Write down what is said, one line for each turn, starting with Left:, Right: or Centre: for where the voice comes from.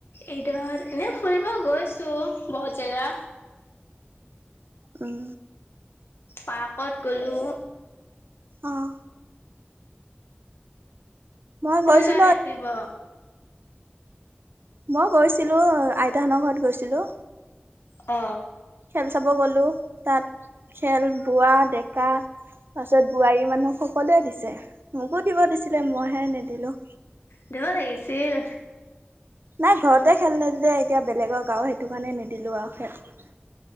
Left: ঈদত এনে ফুৰিব গৈছো বহুত জেগা।
Right: উম।
Left: পাৰ্কত গলো।
Right: অহ। মই
Left: তুমি
Right: গৈছিলো
Left: যোৱা নাই ফুৰিব?
Right: মই গৈছিলো আইতাহঁতৰ ঘৰত গৈছিলো।
Left: অ।
Right: খেল চাব গ'লো তাত খেল বোঢ়া, ডেকা তাৰপিছত বোৱাৰী মানুহ সকলোৱে দিছে, মোকো দিব দিছিলে মইহে নিদিলো।
Left: দিব লাগিছিল।
Right: নাই ঘৰতে খেল নেদিলে এতিয়া বেলেগৰ গাঁও সেইটো কাৰণে নিদিলো আৰু খেল।